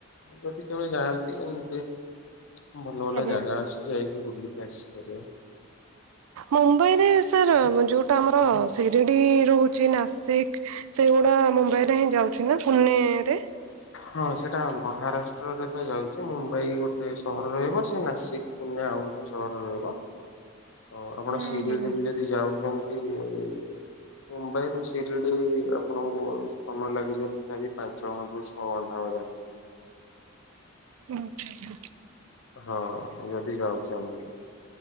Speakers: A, on the left; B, on the right.
A: ଟିକିବି ଯାଆନ୍ତି ଏମିତି ଭଲ ଭଲ
B: ଆଜ୍ଞା।
A: ଜାଗା ଅଛି ଯାଇ ବୁଲିକି ଆସି ପାରିବା।
B: ମୁମ୍ବାଇରେ ସାର୍ ଯୋଉଟା ଆମର ଶିରିଡ଼ି ରହୁଚିନା ସିକ୍ ସେଇଗୁଡ଼ା ମୁମ୍ବାଇରେ ହିଁ ଯାଉଚିନା ପୁନେରେ?
A: ହଁ ସେଇଟା ମହାରାଷ୍ଟ୍ରରେତ ଯାଉଚି ମୁମ୍ବାଇ ଗୋଟେ ସହର ରହିବ ସେ ନାସି ପୁନେ ଆଉଗୋଟେ ସହର ରହିବ। ହଁ ଆପଣ
B: ହୁଁ
A: ସିରିଡ଼ିବି
B: ହୁଁ।
A: ଯଦି ଯାଉଚନ୍ତି ଆ ମୁମ୍ବାଇରୁୁ ସିରିଡ଼ି ଆପଣଙ୍କୁ ସମୟ ଲାଗିଯବ ତଥାପି ପାଞ୍ଚ ଘଣ୍ଟାରୁ ଛଅ ଘଣ୍ଟା ଭଳିଆ
B: ହୁଁ।
A: ହଁ ଯଦି ଯାଉୁଚେ ଆମେବି